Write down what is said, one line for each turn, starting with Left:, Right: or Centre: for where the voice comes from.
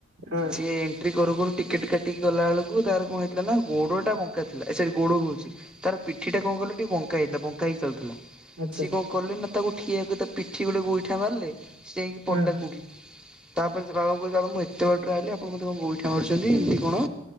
Right: ହଁ।
Centre: ସିଏ ଏଣ୍ଟ୍ରି କରୁ କରୁ ଟିକେଟ୍ କାଟିକି ଗଲାବେେଳକୁ ତାର କଣ ହେଇଥିଲା ନା ଗୋଡ଼ଟା ବଙ୍କା ଥିଲା। ଏ ସରି ଗୋଡ଼ କହୁଛି। ତାର ପିଠି ଟା କଣ କହିଲ ଟିକେ ବଙ୍କା ହେଇଥିଲା ବଙ୍କା ହେଇ ଚାଲୁଥିଲା।
Right: ଆଚ୍ଛା
Centre: ସିଏ କଣ କଲେ ନା ତାକୁ ଠିଆକୁ ତା ପିଠିକି ଗୋଟେ ଗୋଇଠା ମାରିଲେ। ସେ ହେଇ ପଡିଲା
Right: ହଁ
Centre: କୋଉଠି ତାପରେ ଦେଖିଲା ବେଳକୁ ମୁଁ ଏତେ ବାଟରୁ ଆଇଲି ଓ ମତେ କଣ ଗୋଇଠା ମାରୁଛନ୍ତି
Right: ହୁଁ
Centre: ଏମିତି କଣ?